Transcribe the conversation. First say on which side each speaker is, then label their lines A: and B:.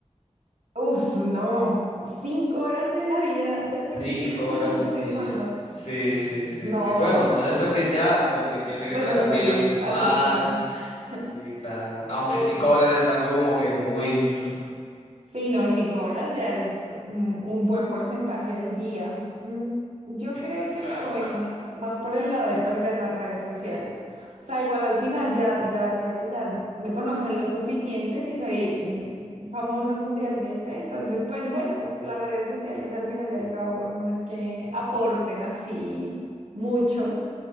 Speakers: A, on the right; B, on the left.
A: Uf, no, cinco horas de la vida desperdiciadas
B: Cinco horas al
A: <laughs> firmando.
B: día. Sí, sí, sí,
A: No,
B: sí. Bueno,
A: no,
B: no
A: no.
B: desperdiciadas porque tienes que
A: Bueno,
B: tratar
A: soy
B: bien a tus
A: a
B: fans.
A: tus fans. <laughs>
B: Sí, claro. Aunque
A: Eh,
B: cinco horas es algo como que muy... mm,
A: Sí, no, cinco horas ya es un, un buen porcentaje del día. Mm, Yo
B: sí,
A: creo que
B: claro,
A: me voy
B: claro.
A: más, más por el lado de perder las redes sociales. O sea, igual al final ya, ya creo que ya me conocen lo suficiente si soy mm, famosa mundialmente. Entonces, pues bueno, las redes sociales al final y al cabo no es que aporten así mucho.